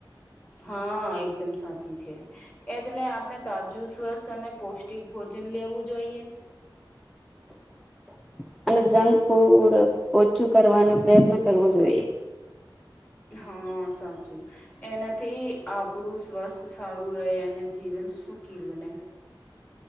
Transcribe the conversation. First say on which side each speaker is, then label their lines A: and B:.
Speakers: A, on the left; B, in the centre.
A: હા એકદમ સાચી છે એટલે આપણે તાજું સ્વસ્થ અને પૌષ્ટિક ભોજન લેવું જોઈએ
B: <inaudible> અને જંક ફૂડ ઓછું કરવાનો પ્રયત્ન કરવો જોઈએ
A: હા સાચું એનાથી આપણું સ્વસ્થ સારું રહે અને જીવન સુકીર બને